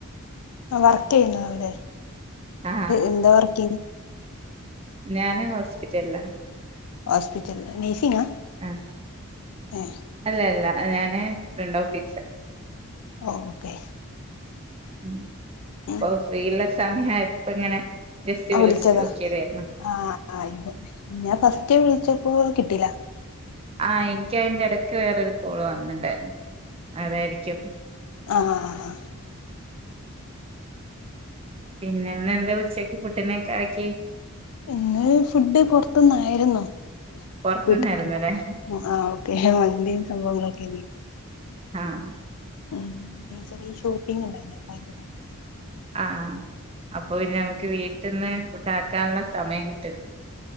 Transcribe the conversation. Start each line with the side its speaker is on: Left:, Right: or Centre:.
Left: ആ വർക്ക് ചെയ്യുന്ന അവല്ല
Right: ആ
Left: എന്താ വർക്ക് ചെയ
Right: ഞാന് ഹോസ്പിറ്റലിൽ ആണ്
Left: ഹോസ്പിറ്റൽ നെയിസിങ് ആണോ
Right: ആഹ
Left: ആഹ
Right: അല്ല അല്ല ഞാന് രണ്ട ഓഫീസ്
Left: ഓക്കെ
Right: ഉ
Left: ഉം
Right: അപ്പൊ ഫ്രീയു ള്ള സമയം ആയപ്പോ ഇങ്ങനെ ജസ്റ്റ് വിളിച്ചു
Left: വിളിച്ചതാ
Right: നോക്കിയതായിരുന്നു
Left: ആ ഞാൻ ഫസ്റ്റ് വിളിച്ചപ്പോ കിട്ടില്ല
Right: ആഹ എനിക്ക് അതിറെ ഇടയ്ക്ക് വേറൊരു കോള് വന്നിണ്ടായിരുന്നു അതായിരിക്കും
Left: ആഹ ആ് ആ
Right: പിന്നെന്ന എന്താ ഉച്ചക്ക് ഫുഡിന് ഒക്കെ ഉണ്ടാക്കി
Left: ഇന്ന് ഫുഡ് പുൊറത്തന്നായിുന്നോ
Right: പുറത്തുന്നായിരുന്നല്ലേ
Left: ട്ട ആ് ഓക്കെ മന്തിും സംഭവങ്ങളൊക്കെ
Right: ആഹ
Left: ഉ ചെറിയ ഷോപ്പിംഗ ഉണ്ടായി ഭയട്ട
Right: ആഹ അപ്പൊ നമ്മുക്ക് വീട്ടിൽന്ന് ഫുഡ് ആാക്കാനുള്ള സമയം കിട്ട